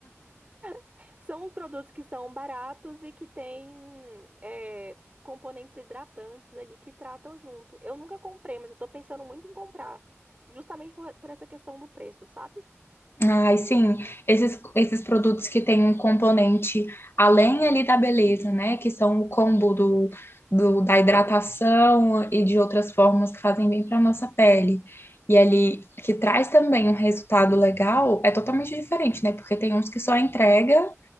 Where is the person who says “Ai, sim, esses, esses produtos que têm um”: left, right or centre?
Left